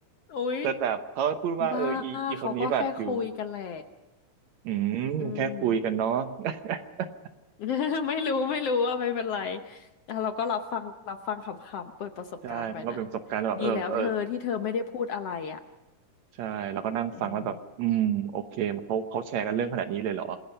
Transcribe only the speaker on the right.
แต่แบบเขาพูดว่าเอออีอีคนนี้แบบอยู่
อืมแค่คุยกันเนาะ
<laughs>
ใช่มันก็เป็นประสบการณ์แบบเออเออ
ใช่แล้วก็นั่งฟังแล้วแบบอืมโอเคเขาเขาแชร์กันเรื่องขนาดนี้เลยเหรอ